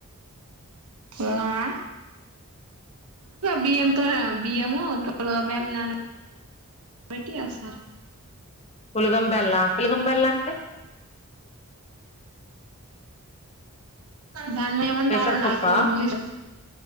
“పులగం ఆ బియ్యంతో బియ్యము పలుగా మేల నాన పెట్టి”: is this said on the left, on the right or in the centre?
Right